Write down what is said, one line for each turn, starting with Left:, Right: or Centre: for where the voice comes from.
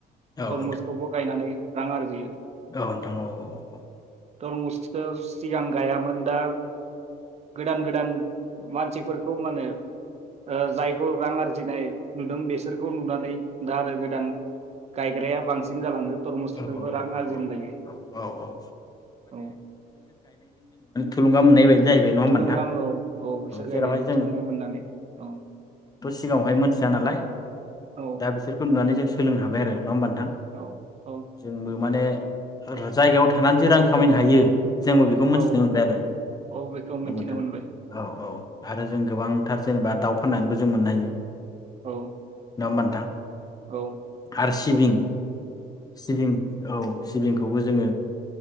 Left: औ
Right: तरमुसखौबो
Left: नोंथां औ
Right: गायनानै रां आरजियो
Left: औ नोंथां औ औ औ।
Right: थरमुसखौ सिगां गायामोन दा गोदान -गोदान मानसिफोरखौ माने ओ जायखौ रां आरजिनाय नुदों बेस बिसोरखौ नुनानै दा आरो गोदान गायग्राया बांसिन जालांदों थरमुस फोरबो
Left: औ
Right: रां
Left: औ
Right: आरजिनो लागै
Left: औ औ
Right: औ।
Left: थुलुंगाम मोन्नाय बायदि। जाहैबाय नङा होमबा
Right: थुलुंगा
Left: नोंथां
Right: औ औ बिसोर
Left: जेरावहाय
Right: गायनायजों
Left: जों
Right: थुलुंगा मोननानै औ।
Left: सिगांआवहाय मोनसे नालाय
Right: औ
Left: दा बिसोरखौ नुनानै जों सोलोंनो हाबाय आरो नङा होमबा नोंथां
Right: औ औ
Left: जोंबो माने जायगायाव थानानैसो रां खामायनो हायो जोंबो बेखौ मोनथिनो
Right: औ
Left: मोनबाय आरो
Right: औ बेखौ
Left: नंगौ
Right: मिथिनो
Left: नोंथां
Right: मोनबाय
Left: औ औ। आरो जों गोबांथार जेनेबा दाउ फाननानैबो जों मोननो हायो।
Right: औ।
Left: नङा होनबा नोंथां।
Right: औ।
Left: आरो सिबिं सिबिं औ। सिबिंखौबो जोङो